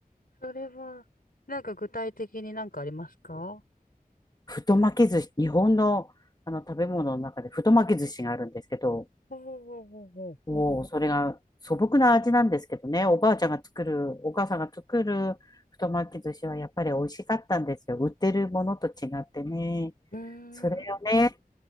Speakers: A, on the left; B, on the left.
A: それは、なんか具体的になんかありますか
B: 太巻き寿司、日本の、あの食べ物の中で太巻き寿司があるんですけど、
A: ほうほうほうほう。
B: もうそれが素朴な味なんですけどね、おばあちゃんが作る、お母さんが作る太巻き寿司はやっぱり美味しかったんですよ。売ってるものと違ってね。
A: うーん。
B: それをね、
A: う